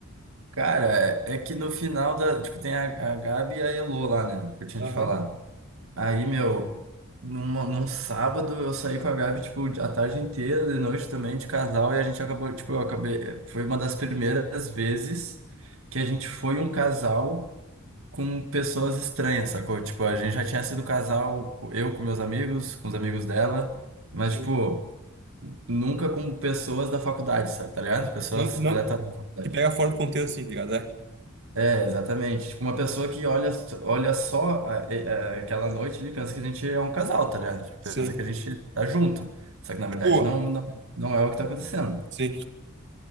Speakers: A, on the right; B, on the right.
A: Cara, é é que no final da. Tipo, tem a, a Gabi e a Elô lá, né? Que eu tinha
B: Aham,
A: te falado. Aí, meu, numa, num sábado eu saí com a Gabi, tipo, a tarde inteira, de noite também, de casal, e a gente acabou, tipo, eu acabei. Foi uma das primeiras vezes que a gente foi um casal com pessoas estranhas, sacou? Tipo, a gente já tinha sido casal, eu com meus amigos, com os amigos dela, mas,
B: sim.
A: tipo, nunca com pessoas da faculdade, sabe? Tá ligado? Pessoas
B: Não, não,
A: aleatórias da faculdade.
B: que pega fora do contexto, assim, ligado? É.
A: É, exatamente. Tipo, uma pessoa que olha, olha só a- e- a- aquela noite ali pensa que a gente é um casal, tá ligado? Tipo,
B: Sim.
A: Pensa que a gente tá junto. Só que na verdade
B: Tipo,
A: não, não, não é o que tá acontecendo.
B: sim.